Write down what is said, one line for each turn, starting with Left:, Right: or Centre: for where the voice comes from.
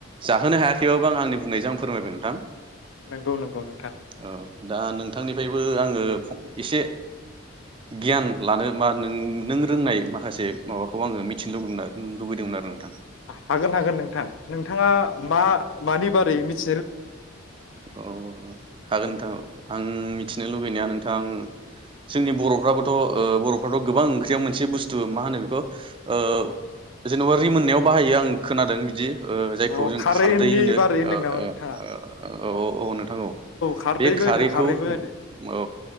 Right: जा थांनो हायाखैबाबो आं आंनि बुंनायजों आं फोरमायबाय नोंथां
Left: नंगौ नंगौ नोंथां
Right: औ दा नोंथांनिफ्रायबो आङो एसे गियान लानो बा नों-नों रोंनाय माखासे माबाखौ आङो मिथिनो लुबैदों आरो लुबैदोंमोन
Left: हागोन हागोन नोंथां नोंथाङा मा मानि बारै मिथि
Right: र हागोन नोंथां आं मिथिनो लुबैनाया नोंथा थां जोंनि बर'फ्राबोथ' ओ बर'फ्राथ' गोबां ओंख्रियाव मोनसे बुस्थु मा होनो बेखौ ओ जेन'बा रिमोननायाव बाहायो आं खोनादों बिदि ओ जायखौ
Left: अ
Right: जों
Left: खारैनि
Right: खारदै होनो
Left: बारै होनदों
Right: ओ
Left: नामा नोंथाङा
Right: ओ आ औ औ नोंथां औ
Left: खारदैबो
Right: बे खारैखौ
Left: होनो खारैबो होनो
Right: औ